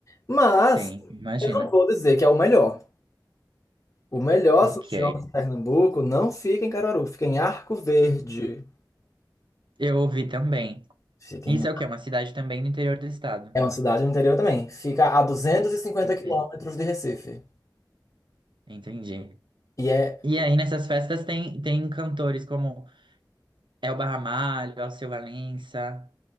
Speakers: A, on the left; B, on the right.
A: Mas
B: Sim, imagina.
A: eu não vou dizer que é o melhor. O melhor
B: Ok.
A: São João de Pernambuco não fica em Caruaru, fica em Arco Verde.
B: Eu ouvi também.
A: Fica
B: Isso
A: em...
B: é o quê? Uma cidade também no interior do estado.
A: É uma cidade no interior também. Fica a duzentos e cinquenta
B: Ok,
A: quilômetros de Recife.
B: entendi.
A: E é
B: E aí nessas festas tem, tem cantores como Elba Ramalho, Alceu Valença,